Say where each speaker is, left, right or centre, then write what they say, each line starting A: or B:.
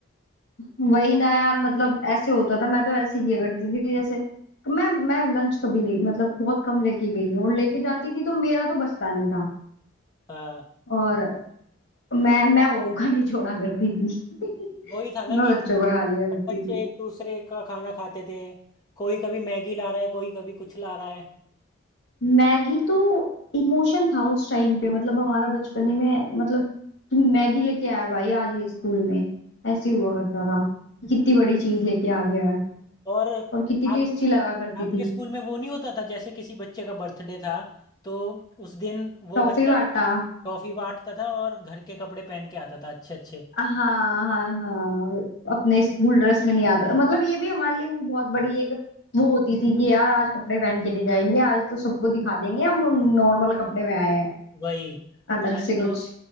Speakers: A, on the left; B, on the left.
A: वही ना यार मतलब ऐसे होता था मैं तो ऐसे किया करती थी जैसे मैं मैं लंच कभी नहीं मतलब बहुत कम लेके गई हूँ और लेके जाती थी तो मेरा तो बचता नहीं था
B: हाँ
A: और मैं मैं औरों का नहीं छोड़ा करती थी
B: वही
A: <laughs>
B: था ना
A: मैं
B: कि
A: बच्चों का खा लिया
B: सब
A: करती
B: बच्चे
A: थी
B: एक दूसरे का खाना खाते थे कोई कभी मैगी ला रहा है कोई कभी कुछ ला रहा है
A: मैगी तो इमोशन था उस टाइम पे मतलब हमारा बचपन ही में मतलब कि मैगी लेके आया भाई आज ये स्कूल में ऐसे हुआ करता था कितनी बड़ी चीज लेके आ गया है
B: और
A: और कितनी
B: आप
A: टेस्टी लगा करती
B: आपके
A: थी
B: स्कूल में वो नहीं होता था जैसे किसी बच्चे का बर्थडे था तो उस दिन वो
A: टॉफी
B: बच्चा
A: बांटा
B: टॉफी बांटता था और घर के कपड़े पहन के आता था अच्छे अच्छे
A: हाँ हाँ हाँ अपने स्कूल ड्रेस में नहीं आता मतलब ये भी हमारे लिए वो बहुत बड़ी एक वो होती थी कि यार आज कपड़े पहन के नहीं जाएंगे आज तो सबको दिखा देंगे हम नॉर्मल कपड़े में आए हैं
B: वही
A: अलग
B: आज
A: से
B: तो
A: कुछ